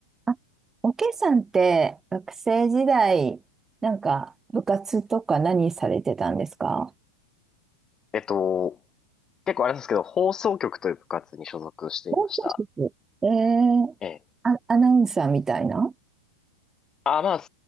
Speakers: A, on the right; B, on the left.
A: あおけさんって学生時代、なんか部活とか何されてたんですか
B: えっと、結構あれなんですけど、放送局という部活に所属していました。
A: 放送室。えー、
B: ええ。
A: あ、アナウンサーみたいな
B: あ、まあ、